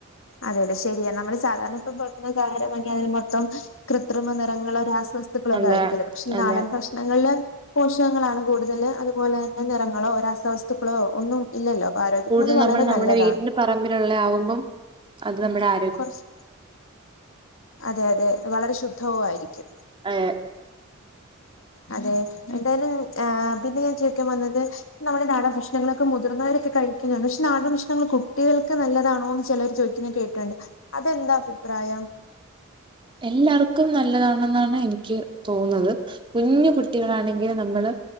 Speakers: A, on the left; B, on the right.
A: അതെ അതെ ശരിയാ നമ്മള് സാധാരണ ഇപ്പൊ പൊറത്തൂന്നൊക്കെ ആഹാരം വാങ്ങിക്കുവാന്നേ അതിൽ മൊത്തം കൃത്രിമ നിറങ്ങളോ രാസവസ് സ്തുക്കളൊക്കെ
B: അതെ
A: ആയിരിക്കുമല്ലോ പക്ഷെ ഈ
B: അതെ
A: നാൻ ഭക്ഷങ്ങളില് പോഷകങ്ങളാണ് കൂടുതല് അത് അതുപോലെ തന്നെ നിറങ്ങളോ രസവസ്തുക്കളോ ഒന്നും ഇല്ലല്ലോ അപ്പ ആരോഗ്യത്തിന്
B: കൂടുതൽ
A: അത് വളരെ
B: നമ്മൾ നമ്മുടെ
A: നല്ലതാ
B: വീട്ടിന്റെ പറമ്പിലുള്ള ആവുമ്പോം അത് നമ്മുടെ ആ
A: കുറച്ച് അതെ അതെ വളരെ ശുദ്ധവും ആയിരിക്കും
B: ഏഹ്
A: അതെ എന്തായാലും ആ പിന്നെ ഞാൻ ചോയിക്കാൻ വന്നത് നമ്മുടെ നാടാൻ ഭക്ഷണങ്ങളൊക്കെ മുതിർന്നവരൊക്കെ കഴിക്കുന്നുണ്ട് പക്ഷെ നാടൻ ഭക്ഷണങ്ങൾ കുട്ടികൾക്ക് നല്ലാതാണോന്ന് ചിലര് ചോദി ഇങ്ങനെ കേട്ടിണ്ട് അതെന്താ അഫിപ്രായം
B: എല്ലാവർക്കും നല്ലതാണെന്നാണ് എനിക്ക് തോന്നുന്നത് കുഞ്ഞു കുട്ടികളാണെങ്കിലും നമ്മള്